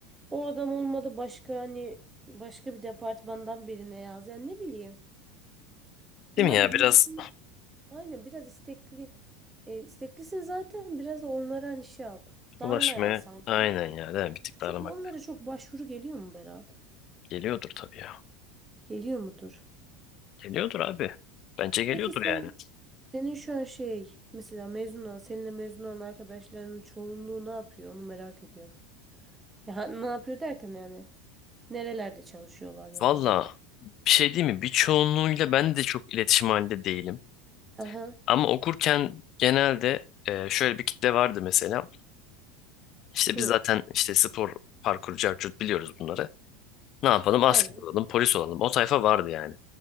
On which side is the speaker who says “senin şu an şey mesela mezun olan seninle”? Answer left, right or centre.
Right